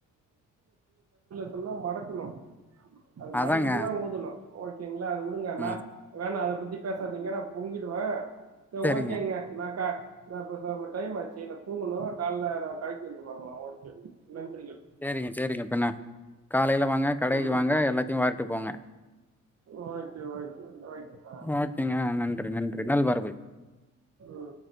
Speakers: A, on the right; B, in the centre.
A: நல்லா மடக்கனும் அது
B: அதாங்க
A: மடைக்கிட்டுதான் ஊதணும் ஒரு அத வுடுங்க
B: ம்
A: ந வேணா அ இப்டி பேசாதிங்க நான் பொங்கிடுவேன் ச
B: செரிங்க
A: ஓக்கேங்க இ டைம் ஆச்சு நா தூங்கணும் காலகடைக்கு வந்து பாக்கலாம் ஓகே நன்றிகள்
B: சரிங்க சரிங்க பிண்ண காலையில வாங்க கடைக்கு
A: ம்
B: வாங்க எல்லாத்தையும் வார்ட்டு போங்க
A: ஓகே ஓகே ஓகே ஆ
B: ஓகேங்க நன்றி நன்றி நல்வரவு
A: ம்